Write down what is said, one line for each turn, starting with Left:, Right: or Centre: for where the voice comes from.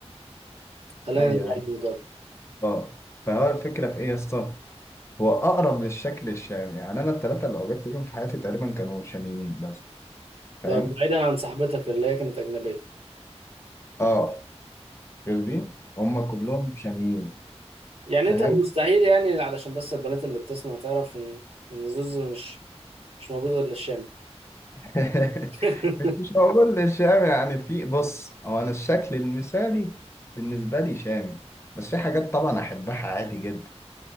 Right: خلينا
Left: ايوه
Right: نرجع
Left: ايوه
Right: للموضوع
Left: اه فهو الفكره في ايه يا اسطى هو اقرب للشكل الشامي يعني انا الثلاثه اللي وجدت بيهم في حياتي تقريبا كانوا شاميين بس
Right: ده
Left: فاهم
Right: بعيدا عن صاحبتك اللي هي كانت اجنبيه
Left: اه فاهمين هم كلهم شاميين
Right: يعني
Left: فاهم
Right: انت مستحيل يعني علشان بس البنات اللي بتسمع تعرف ان ان زوز مش مش موجود غير للشام
Left: <laughs>
Right: <laughs>
Left: مش مش هقول الشام يعني في بص هو انا الشكل المثالي بالنسبه لي شامي بس في حاجات طبعا احبها عادي جدا